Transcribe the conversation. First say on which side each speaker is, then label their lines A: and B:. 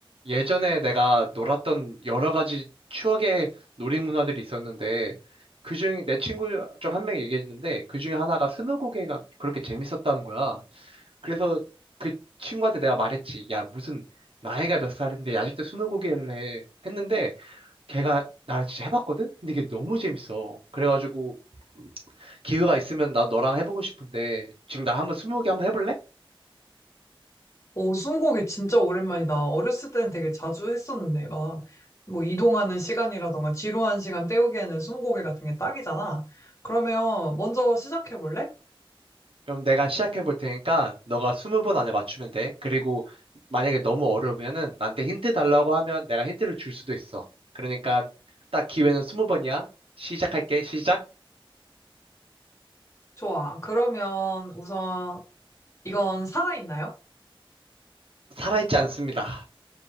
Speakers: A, on the right; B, on the left.
A: 예전에 내가 놀았던 여러 가지 추억의 놀이 문화들이 있었는데, 그중, 내 친구 중 한 명이 얘기했는데, 그 중에 하나가 스무고개가 그렇게 재밌었다는 거야. 그래서 그 친구한테 내가 말했지. 야, 무슨, 나이가 몇 살인데 아직도 스무고개를 해. 했는데, 걔가 나랑 진짜 해봤거든? 근데 이게 너무 재밌어. 그래가지고, 기회가 있으면 나 너랑 해보고 싶은데, 지금 나 한번 스무고개 한번 해볼래?
B: 오, 스무고개 진짜 오랜만이다. 어렸을 땐 되게 자주 했었는데, 막, 뭐, 이동하는 시간이라던가, 지루한 시간 때우기에는 스무고개 같은 게 딱이잖아. 그러면, 먼저 시작해볼래?
A: 그럼 내가 시작해 볼 테니까 너가 20번 안에 맞추면 돼. 그리고 만약에 너무 어려우면은 나한테 힌트 달라고 하면 내가 힌트를 줄 수도 있어. 그러니까 딱 기회는 20번이야. 시작할게. 시작.
B: 좋아. 그러면, 우선, 이건 살아있나요?
A: 살아있지 않습니다.